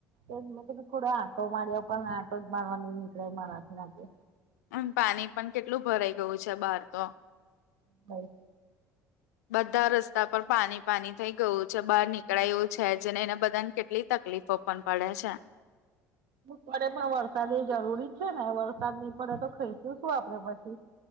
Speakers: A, on the right; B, on the left.
A: એજ મ થોડો આંટો માર્યા પણ ને આટો જ મારવા નઈ નીકળે મારાથી આજે
B: અન પાણી પણ કેટલું ભરાઈ ગયું છે બહાર તો
A: બસ
B: બધા રસ્તા પર પાણી પાની થઈ ગયું છે બહાર નીકળાયું છે જેને એને બધાને કેટલી તકલીફો પણ પડે છે
A: પડે પણ વરસાદ એ જરૂરી છે ને વરસાદ ની પડે તો ખાઈશું શું આપડે પછી